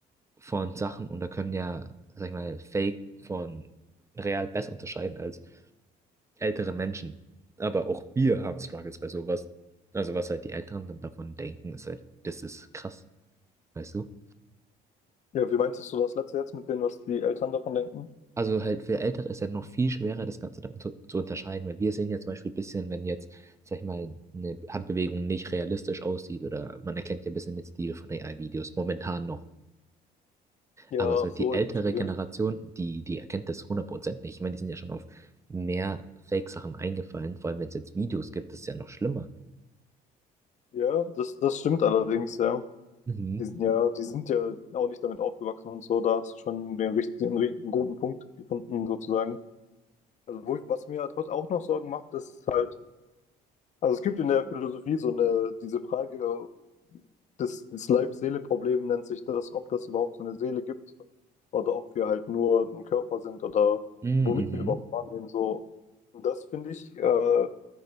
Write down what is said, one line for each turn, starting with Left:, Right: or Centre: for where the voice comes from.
Right: von Sachen und da können ja, sag ich mal, Fake von real besser unterscheiden als ältere Menschen. Aber auch wir haben Struggles bei sowas. Also was halt die Älteren dann davon denken, ist halt, das ist krass, weißt du?
Left: Ja, wie meinst du das letzte jetzt mit dem, was die Eltern davon denken?
Right: Also halt für Ältere ist ja noch viel schwerer, das Ganze dann zu, zu unterscheiden, weil wir sehen ja zum Beispiel ein bisschen, wenn jetzt, sag ich mal, eine Handbewegung nicht realistisch aussieht oder man erkennt ja ein bisschen den Stil von AI-Videos, momentan noch.
Left: Ja,
Right: Aber so
Left: ach
Right: die
Left: so,
Right: ältere
Left: ich verstehe.
Right: Generation, die, die erkennt das hundert Prozent nicht. Ich meine, die sind ja schon auf mehr Fake-Sachen eingefallen, vor allem wenn es jetzt Videos gibt, das ist ja noch schlimmer.
Left: Ja, das, das stimmt allerdings, ja.
Right: Mhm.
Left: Die sind ja, die sind ja auch nicht damit aufgewachsen und so. Da hast du schon den richtigen, einen ri- guten Punkt gefunden, sozusagen. Also, wo, was mir halt trotz auch noch Sorgen macht, ist halt, also es gibt in der Philosophie so eine, diese Frage, das, das Leib-Seele-Problem nennt sich das, ob das überhaupt so eine Seele gibt oder ob wir halt nur ein Körper sind oder
Right: Mhm.
Left: womit
Right: mhm.
Left: wir überhaupt wahrnehmen. So, und das finde ich, äh,